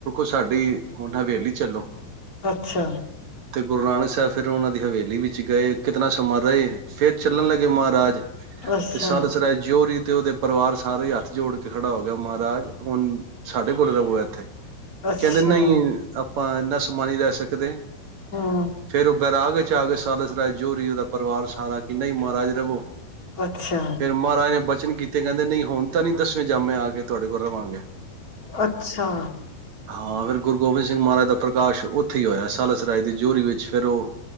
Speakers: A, on the right (about 75°); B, on the left (about 25°).
A: ਸਾਡੀ ਹੁਣ ਹਵੇਲੀ ਚੱਲੋ।
B: ਅੱਛਾ
A: ਤੇ ਗੁਰੂ ਨਾਨਕ ਸਾਹਿਬ ਫਿਰ ਉਹਨਾਂ ਦੀ ਹਵੇਲੀ ਵਿੱਚ ਗਏ, ਕਿਤਨਾ ਸਮਾਂ ਰਹੇ ਫਿਰਰ ਚੱਲਣ ਲੱਗੇ ਮਹਾਰਾਜ
B: ਅੱਛਾ,
A: ਤੇ ਸਾਲਸ ਰਾਏ ਜੋਓਰੀ ਤੇ ਉਹਦੇ ਪਰਿਵਾਰ ਸਾਰੇ ਹੀ ਹੱਥ ਜੋੜ ਕੇ ਖੜਾ ਹੋ ਗਿਆ ਮਹਾਰਾਜ ਹੁਣ ਸਾਡੇ ਕੋਲ ਰਵੋ ਹੈ ਇੱਥੇ।
B: ਅੱਛਾ,
A: ਕਹਿੰਦੇ ਨਹੀਂ ਆਪਾਂ ਨ ਸਮ ਨਹੀਂ ਲੈ ਸਕਦੇ
B: ਹੂੰ,
A: ਫੇਿਰ ਉਹ ਬੈਰਾਗ ਚ ਆ ਕੇ ਸਾਲਸ ਰਾਜ ਜੋਰੀ ਉਹਦਾ ਪਰਿਵਾਰ ਸਾਰਾ ਕਿ ਨਹੀਂ ਮਹਾਰਾਜਾ ਦੇੋ
B: ਅੱਛਾ।
A: ਫੇਰ ਮਹਾਰਾਜ ਨੇ ਬਚੇ ਬਚਨ ਕੀਤੇ ਕਹਿੰਦੇ ਨਹੀਂ ਹੁਣ ਤਾਂ ਨੀ ਦੱਸਵੇਂ ਜਾਮੇ ਆ ਕੇ ਤੁਹਾਡੇ ਕੋਲ ਰਵਾਂਗੇ।
B: ਅੱਛਾ,
A: ਹਾਂ ਫਿਰ ਗੁਰੂ ਗੋਬਿੰਦ ਸਿੰਘ ਮਹਾਰਾਜ ਦਾ ਪ੍ਰਕਾਸ਼ ਉੱਥੇ ਹੀ ਹੋਇਆ ਸਾਲਾਸਰਾਏ ਦੀ ਜੋਹਰੀ ਵਿੱਚ, ਫੇਰ ਉਹ